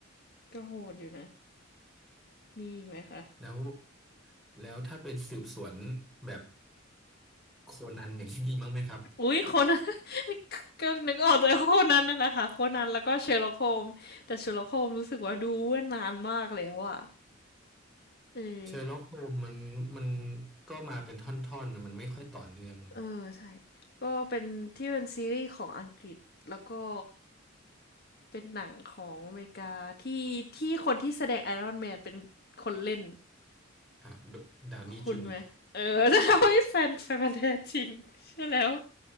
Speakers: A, on the left (about 50°); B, in the centre.
A: ก็โหดอยู่นะมีอีกไหมคะ
B: แล้วแล้วถ้าเป็นสืบสวนแบบโคนันอย่างที่ดีมั้างไหมครับ
A: อุ้ยคนนั้น <laughs> ก็นึกออกเลยโคนนันนั่นแหละค่ะโคนนันแล้วก็เชอร์ล็อกโฮมส์แต่เชอร์ล็อกโฮมส์รู้สึกว่าดูเมื่อนานมากแล้วอะเออ
B: เชอร์ล็อกโฮมมันมันก็มาเป็นท่อนๆนะมันไม่ค่อยต่อเนื่อง
A: เออใช่ก็เป็นที่เป็นซีรีส์ของอังกฤษแล้วก็เป็นหนังของอเมริกาที่ที่คนที่แสดงไอรอนแมนเป็นคนเล่น
B: ครับดดาวนี่จูเนียร์
A: คุณไหมเออ <laughs> จะทำให้แฟนแฟนพันธุ์แท้จริงใช่อแล้ว